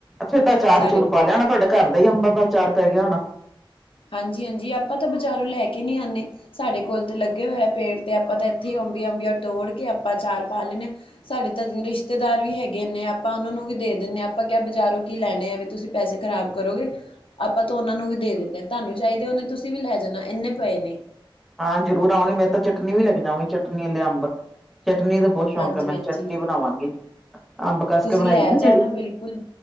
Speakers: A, in the centre; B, on the left.
A: ਫੇਰ ਤਾਂ ਚਾਰ-
B: ਸਾਡੇ
A: ਚੁਰ
B: ਕੋਲ
A: ਪਾ ਲਿਆ ਹੋਣਾ, ਤੁਹਾਡੇ ਘਰ ਦਾ ਹੀ ਅੰਬਾਂ ਦਾ ਚਾਰ ਪੈ ਗਿਆ ਹੋਣਾ।
B: ਹਾਂਜੀ- ਹਾਂਜੀ, ਆਪਾਂ ਤਾਂ ਬਜ਼ਾਰੋਂ ਲੈ ਕੇ ਨਹੀਂ ਆਉਂਦੇ। ਸਾਡੇ ਕੋਲ ਤੇ ਲੱਗੇ ਹੋਏ ਪੇੜ, ਤੇ ਆਪਾਂ ਤਾਂ ਇੱਥੇ ਹੀ ਅੰਬੀਆ ਅੰਬੀਆ ਤੋੜ ਕੇ ਆਪਾਂ ਚਾਰ ਪਾ ਲੈਂਦੇ ਹਾਂ, ਸਾਡੇ ਤਾ ਰਿਸ਼ਤੇ ਰਿਸ਼ਤੇਦਾਰ ਵੀ ਹੈਗੇ ਨੇ, ਆਪਾਂ ਉਹਨਾਂ ਨੂੰ ਵੀ ਦੇ ਦਿੰਦੇ ਹਾਂ, ਆਪਾਂ ਕ ਬਾਜ਼ਾਰੋਂ ਕੀ ਲੈਣੇ ਆ, ਤੁਸੀਂ ਪੈਸੇ ਖ਼ਰਾਬ ਕਰੋਗੇ। ਆਪਾਂ ਤਾਂ ਉਹਨਾਂ ਨੂੰ ਵੀ ਦੇ ਦਿੰਦੇ ਹਾਂ, ਤੁਹਾਨੂੰ ਵੀ ਚਾਹੀਦੇ ਨੇ ਤੁਸੀਂ ਵੀ ਲੈ ਜਾਣਾ, ਇੰਨੇ ਪਏ ਨੇ।
A: ਹਾਂ ਜ਼ਰੂਰ ਆਉਂਗੀ ਮੈ ਤਾਂ ਚਟਨੀ ਵੀ ਲੈੰਕੇ ਜਾਵਾਂਗੀ, ਚਟਨੀ ਵਾਲੇ ਅੰਬ। ਚਟਨੀ ਦਾ ਬਹੁਤ ਸ਼ੌਕ
B: ਹਾਂਜੀ-ਹਾਂਜੀ
A: ਆ ਮੈਨੂੰ, ਚਟਨੀ ਬਣਾਵਾਂਗੀ, ਅੰਬ ਕਸ
B: ਤੁਸੀਂ
A: ਕੇ ਬਣਾਈ
B: ਲੈ
A: ਦੀ ਨਾ
B: ਜਾਣਾ
A: ਜਿਹੜੀ।
B: ਬਿਲਕੁਲ